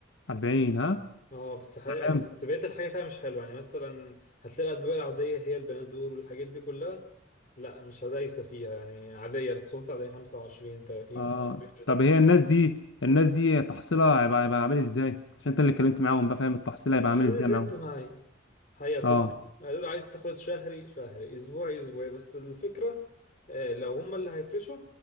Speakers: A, on the left; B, on the left.
A: 40 ها
B: اه بس حقيقة
A: تمام
B: يعني بس بقية الحاجة فيها مش حلوة يعني مثلا هتلاقي الأدوية العادية هي البنادول والحاجات دي كلها لا مش هدايسة فيها يعني عادية الخصومات العادية خمسة وعشرين تلاتين
A: آه.
B: في الرينج
A: طب هي الناس دي الناس دي تحصيلها هيبقى هيبقى عامل ازاي عشان انت اللي اتكلمت معاهم بقى فاهم التحصيل هيبقى
B: قالوا
A: عامل ازاي
B: لي زي
A: معاهم
B: انت ما عايز هي كله
A: اه
B: قالوا لي عايز تاخد شهري شهري اسبوعي اسبوعي بس الفكره آه، لو هم اللي هيفرشوا